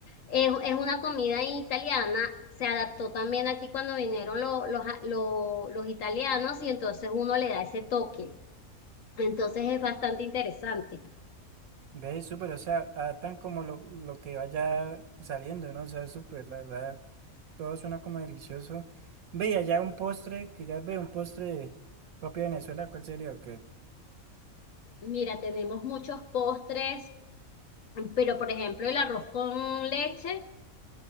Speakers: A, on the left; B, on the right.
A: es, es una comida italiana, se adaptó también aquí cuando vinieron lo- los, a- lo- los italianos y entonces uno le da ese toque. Entonces es bastante interesante.
B: ve, súper, o sea, adaptan como lo, lo que vaya saliendo, ¿no? O sea, súper, la verdad. todo suena como delicioso. Ve, y allá un postre, quizás ve un postre de- propio de Venezuela, ¿cuál sería? que
A: Mira, tenemos muchos postres, pero por ejemplo el arroz con leche